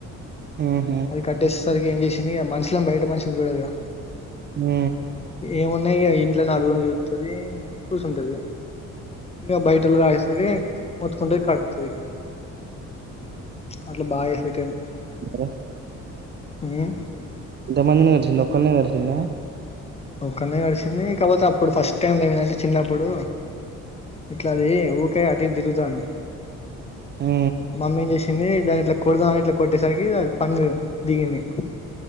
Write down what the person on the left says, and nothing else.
అది కట్టేస్ సరికి ఏం చేసింది ఇగ మనుషిలను బయట మనిషిని చూడదిగా
ఏమన్ నే ఇగ ఇంట్ల నాలుగురిని చూతది కూసుంటది ఇగ ఇగ బయటళ్ళు కాసేసుడి మొత్తుకుంటది కర్తది ఇగ అట్ల బాగా ఎఫెక్ట్ ఆఇంది
మ్
ఒక్కల్నే కరిచింది కాపోతే అప్పుడు ఫస్ట్ టైం ఏమైదంటే చిన్నప్పుడు ఇట్లాది ఊరికే అటు ఇటు తిరుగుతాంది
మమ్మెమ్ చేసి చ్చింది దాన్ని ఇట్లా కొడుదామని ఇట్లా కొట్టేసరికి ద పన్ను దిగింది